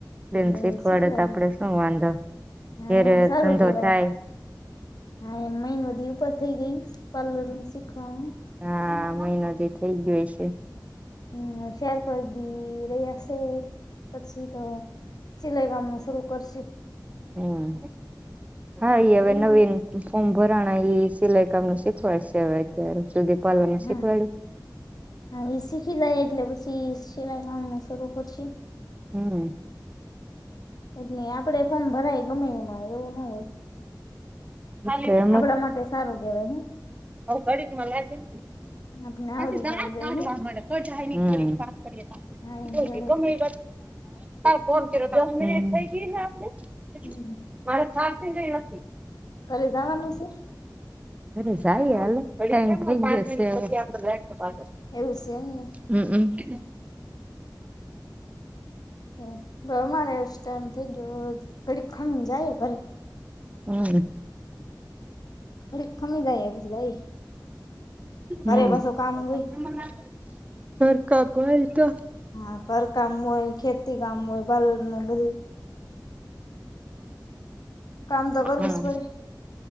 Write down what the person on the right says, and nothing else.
બેન શીખવાડે
તો આપડે શું વાંધો
ઘેરે
ધંધો
થાય
હા મહિનો જે થઈ ગયો છે
હમ હા ઈ હવે
નવીન
ફોર્મ ભરણા એ સિલાઈ કામ ન શીખવાડશે હવે અત્યારે સુધી પાર્લર નું શીખવાડ્યું
હમ
તો
અવ ઘડીક લાયસન્સ
આખી
શાળા
કાઢવા
મલે તોય જાય નહી <unintelligible> હમ વાત કરીએ તો આપડે
તોય
તે ગમે
<unintelligible> ફોન કર્યોં તો દહ મિનિટ થઈ ગયી ને આપડે
હજુ. મારે થાકી ગઈ હતી.
ઘરે જાઈએ હાલો ટાઈમ થઈ ગ્યો સે હવે.
હમક.
હમ.
હમ
ઘર કાબ હવેલ તો
હમ.